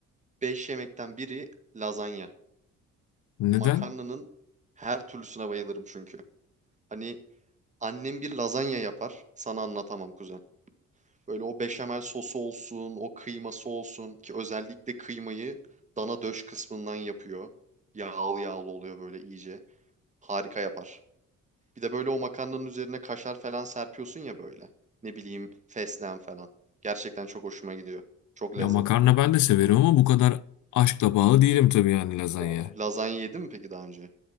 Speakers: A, on the right (about 25°); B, on the left (about 70°).
A: 5 yemekten biri lazanya.
B: Neden?
A: Makarnanın her türlüsüne bayılırım çünkü. Hani Annem bir lazanya yapar. Sana anlatamam kuzen. Böyle o beşamel sosu olsun, o kıyması olsun ki özellikle kıymayı dana döş kısmından yapıyor. Yağlı yağlı oluyor böyle iyice. Harika yapar. Bir de böyle o makarnanın üzerine kaşar falan serpiyorsun ya böyle. Ne bileyim fesleğen falan. Gerçekten çok hoşuma gidiyor. Çok
B: Ya
A: lezzetli.
B: makarna ben de severim ama bu kadar aşkla bağlı değilim tabii yani lazanya.
A: O lazanya yedin mi peki daha önce?